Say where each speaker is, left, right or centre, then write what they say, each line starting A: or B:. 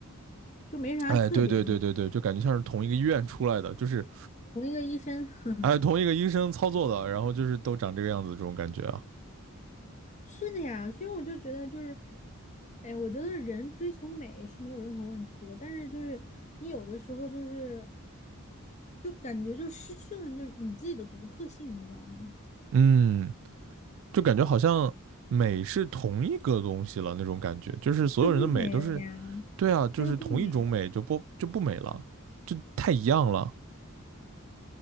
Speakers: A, on the left; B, on the right.
A: 就没啥特别的，
B: 哎，对对对对对，就感觉像是同一个医院出来的，就是
A: 同一个医生，<laughs> 呵呵，
B: 哎同一个医生操作的，然后就是都长这个样子，这种感觉啊，
A: 是的呀，所以我就觉得就是。哎，我觉得人追求美是没有任何问题的，但是就是你有的时候就是就感觉就失去了就你自己的独特性，你知道吗？
B: 嗯，就感觉好像美是同一个东西了那种感觉，就是所有人的美都是
A: 它就不美了呀，
B: 对啊，就是同一种美就不就不美了，
A: 它就不美了呀。
B: 就太一样了，